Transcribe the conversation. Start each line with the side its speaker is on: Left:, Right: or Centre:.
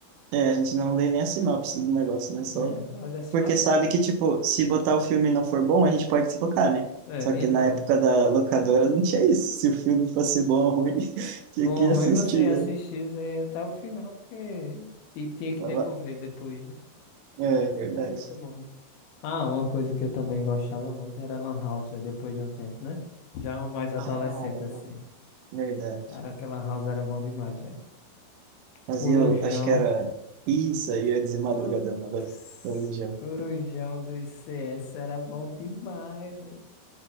Right: é, a gente não lê nem a sinopse do negócio, né? Só
Left: Né, olha só
Right: porque
Left: as
Right: sabe
Left: capas.
Right: que, tipo, se botar o filme e não for bom, a gente pode trocar, né?
Left: É,
Right: Só que
Left: então,
Right: na época da locadora não tinha isso. Se o filme fosse bom ou ruim, <laughs> tinha
Left: bom,
Right: que
Left: ruim
Right: assistir,
Left: você assistir
Right: né?
Left: isso aí até o final, porque... E tinha que
Right: Fala-
Left: devolver depois, né?
Right: É, verdade.
Left: Era muito bom. Ah, uma coisa que eu também gostava muito era Lan House, véi, depois de um tempo, né? Já mais adolescente,
Right: Ah,
Left: assim.
Right: é verdade.
Left: Cara, aquela Lan House era bom demais, velho.
Right: Mas
Left: Corujão.
Right: eu acho que era isso, aí eu ia dizer madrugadão
Left: Putz,
Right: agora. Religião.
Left: Corujão do ICS era bom demais, velho.